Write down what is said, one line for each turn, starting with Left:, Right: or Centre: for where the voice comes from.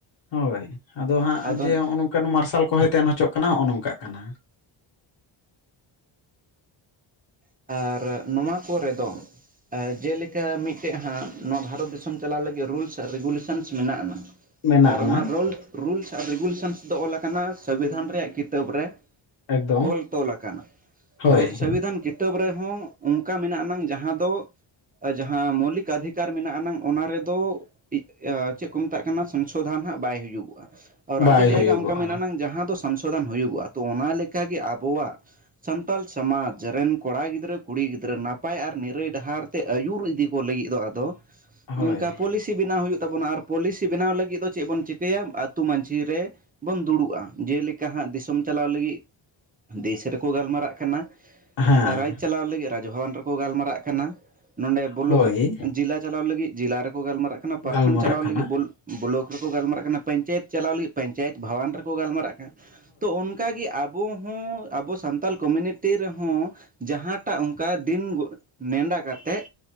Left: ᱦᱳᱭ ᱟᱫᱚ ᱦᱟᱸᱜ
Right: ᱟᱫᱚ
Left: ᱡᱮ ᱦᱚᱜ-ᱚ ᱱᱚᱜ- ᱠᱟᱱ ᱢᱟᱨᱥᱟᱞ ᱠᱚ ᱦᱚᱭᱛᱮ ᱟᱱᱟᱪᱚᱜ ᱠᱟᱱᱟ ᱦᱚᱸᱼᱚ ᱱᱚᱝᱠᱟᱜ ᱠᱟᱱᱟ᱾
Right: ᱟᱨ ᱱᱚᱣᱟ ᱠᱚ ᱨᱮᱫᱚ ᱮᱹ ᱡᱮᱞᱮᱠᱟ ᱢᱤᱜᱴᱮᱡ ᱦᱟᱸᱜ ᱱᱚᱣᱟ ᱵᱷᱟᱨᱚᱛ ᱫᱤᱥᱚᱢ ᱪᱟᱞᱟᱣ ᱞᱟᱹᱜᱤᱫ ᱨᱩᱞᱥ ᱟᱨ ᱨᱮᱜᱩᱞᱮᱥᱚᱱᱥ ᱢᱮᱱᱟᱜ ᱟᱱᱟ᱾
Left: ᱢᱮᱱᱟᱜ
Right: ᱟᱨ
Left: ᱟᱱᱟ
Right: ᱚᱱᱟ ᱨᱳᱞ ᱨᱩᱞᱥ ᱟᱨ ᱨᱮᱜᱩᱞᱮᱥᱚᱱᱥ ᱫᱚ ᱚᱞ ᱟᱠᱟᱱᱟ ᱥᱚᱵᱤᱫᱷᱟᱱ ᱨᱮᱭᱟᱜ ᱠᱤᱛᱟᱹᱵ ᱨᱮ᱾
Left: ᱮᱠᱫᱚᱢ
Right: ᱚᱞ ᱛᱚᱞ ᱟᱠᱟᱱᱟ,
Left: ᱦᱳᱭ
Right: ᱚᱨ ᱥᱚᱵᱤᱫᱷᱟᱱ ᱴᱟᱹᱵ ᱨᱮᱦᱚᱸ ᱚᱱᱠᱟ ᱢᱮᱱᱟᱜ ᱟᱱᱟᱝ ᱡᱟᱦᱟᱸ ᱫᱚ ᱟ ᱡᱟᱦᱟᱸ ᱢᱳᱣᱞᱤᱠ ᱟᱫᱷᱤᱠᱟᱨ ᱢᱮᱱᱟᱜ ᱟᱱᱟᱝ ᱚᱱᱟ ᱨᱮᱫᱚ ᱮᱹ ᱪᱮᱜ ᱠᱚ ᱢᱮᱛᱟᱜ ᱠᱟᱱᱟ ᱥᱚᱝᱥᱳᱫᱷᱟᱱ ᱦᱟᱸᱜ ᱵᱟᱭ ᱦᱩᱭᱩᱜᱚᱜᱼᱟ᱾ ᱟᱨ
Left: ᱵᱟᱭ
Right: ᱟᱹᱰᱤ ᱡᱟᱭᱜᱟ
Left: ᱦᱩᱭᱩᱜᱚᱜᱼᱟ
Right: ᱚᱱᱠᱟ ᱢᱮᱱᱟᱜ ᱟᱱᱟᱝ ᱡᱟᱦᱟᱸ ᱫᱚ ᱥᱚᱱᱥᱳᱫᱚᱱ ᱦᱳᱭᱩᱜᱚᱼᱟ ᱛᱚ ᱚᱱᱟ ᱞᱮᱠᱟᱜᱮ ᱟᱵᱚᱣᱟᱜ ᱥᱟᱱᱛᱟᱞ ᱥᱟᱢᱟᱡ ᱨᱮ ᱠᱚᱲᱟ ᱜᱤᱫᱽᱨᱟᱹ ᱠᱩᱲᱤ ᱜᱤᱫᱽᱨᱟᱹ ᱱᱟᱯᱟᱭ ᱟᱨ ᱱᱤᱨᱟᱹᱭ ᱰᱟᱦᱟᱨ ᱛᱮ ᱟᱹᱭᱩᱨ ᱤᱫᱤ ᱠᱚ ᱞᱟᱹᱜᱤᱜ ᱫᱚ ᱟᱫᱚ
Left: ᱦᱳᱭ
Right: ᱚᱱᱠᱟ ᱯᱚᱞᱤᱥᱤ ᱵᱮᱱᱟᱣ ᱦᱩᱭᱩᱜ ᱛᱟᱵᱚᱱᱟ ᱟᱨ ᱯᱚᱞᱤᱥᱤ ᱵᱮᱱᱟᱣ ᱞᱟᱹᱜᱤᱜ ᱫᱚ ᱪᱮᱜ ᱵᱚᱱ ᱪᱤᱠᱟᱹᱭᱟ ᱟᱛᱳ ᱢᱟᱺᱡᱷᱤ ᱨᱮ ᱵᱚᱱ ᱫᱩᱲᱩᱵᱼᱟ ᱡᱮᱞᱮᱠᱟ ᱦᱟᱸᱜ ᱫᱤᱥᱚᱢ ᱪᱟᱞᱟᱣ ᱞᱟᱹᱜᱤᱜ ᱫᱮᱥ ᱨᱮᱠᱚ ᱜᱟᱞᱢᱟᱨᱟᱜ ᱠᱟᱱᱟ᱾
Left: ᱦᱮᱸ
Right: ᱨᱟᱡᱽ ᱪᱟᱞᱟᱣ ᱞᱟᱹᱜᱤᱜ ᱨᱟᱡᱽᱵᱷᱚᱵᱚᱱ ᱨᱮᱠᱚ ᱜᱟᱞᱢᱟᱨᱟᱜ ᱠᱟᱱᱟ ᱱᱚᱰᱮ ᱵᱩᱞᱟᱹᱜ
Left: ᱦᱳᱭ
Right: ᱡᱮᱞᱟ ᱪᱟᱞᱟᱣ ᱞᱟᱹᱜᱤᱜ ᱡᱮᱞᱟ ᱨᱮᱠᱚ ᱜᱟᱞᱢᱟᱨᱟᱜ ᱠᱟᱱᱟ, ᱯᱟᱨᱠᱷᱚᱸᱰ
Left: ᱜᱟᱞᱢᱟᱨᱟᱜ
Right: ᱪᱟᱞᱟᱣ
Left: ᱠᱟᱱᱟ
Right: ᱞᱟᱹᱜᱤᱜ ᱵᱳᱞ-ᱵᱚᱞᱚᱠ ᱨᱮᱠᱚ ᱜᱟᱞᱢᱟᱨᱟᱜ ᱠᱟᱱᱟ, ᱯᱚᱧᱪᱟᱭᱮᱛ ᱪᱟᱞᱟᱣ ᱞᱟᱹᱜᱤᱜ ᱯᱚᱧᱪᱟᱭᱮᱛ ᱵᱟᱷᱟᱣᱟᱱ ᱨᱮᱠᱚ ᱜᱟᱞᱢᱟᱨᱟᱜ ᱠᱟᱱᱟ ᱛᱚ ᱚᱱᱠᱟ ᱜᱮ ᱟᱵ ᱵᱚ ᱦᱚᱸ ᱟᱵᱚ ᱥᱟᱱᱛᱟᱞ ᱠᱩᱢᱤᱱᱤᱴᱤ ᱨᱮᱦᱚᱸ ᱡᱟᱦᱟᱸᱴᱟᱜ ᱚᱱᱠᱟ ᱫᱤᱱ ᱜᱩ ᱱᱮᱰᱟ ᱠᱟᱛᱮᱜ